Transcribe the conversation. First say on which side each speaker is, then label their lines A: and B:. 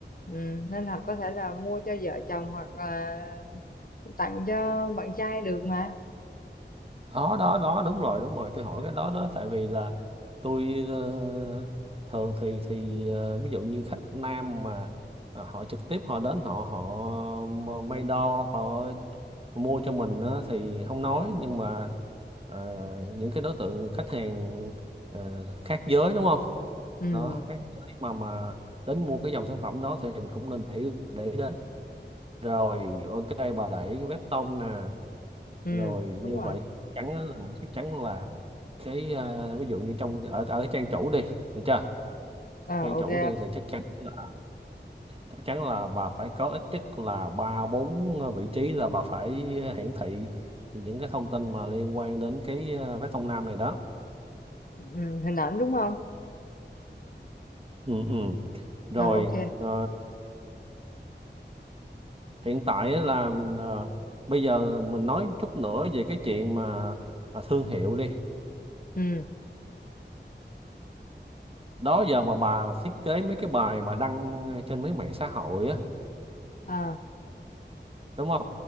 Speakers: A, on the left; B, on the right.
A: ừ. nên là có thể là mua cho vợ chồng hoặc là tặng cho bạn trai được mà
B: đó đó đó đúng rồi đúng rồi tôi hỏi cái đó đó tại vì là tôi ờ, thường thì thì ờ, ví dụ như khách nam mà ờ, họ trực tiếp họ đến họ họ m- may đo họ mua cho mình á thì không nói nhưng mà ờ, những cái đối tượng khách hàng ờ, khác giới đúng không
A: ừ.
B: đó khác giới mà mà đến mua cái dòng sản phẩm đó thì mình cũng nên để để ý đến rồi ok bà đẩy cái vét tông nè
A: Ừ.
B: rồi
A: đúng
B: như
A: rồi
B: vậy chắn á là chắc chắn là cái à, ví dụ như trong ở ở cái trang chủ đi được chưa
A: à,
B: trang chủ
A: ok
B: đi thì chắc chắn là chắc chắn là bà phải có ít nhất là ba bốn ờ, vị trí là bà phải hiển thị những cái thông tin mà liên quan đến cái à, vé Đông Nam này đó
A: ừ. hình ảnh đúng không
B: ừ, ừ. rồi
A: à, ok
B: ờ, hiện tại á là ờ, bây giờ mình nói chút nữa về cái chuyện mà, mà thương hiệu đi
A: ừ.
B: đó giờ mà bà thiết kế mấy cái bài mà đăng trên mấy mạng xã hội á
A: à,
B: đúng không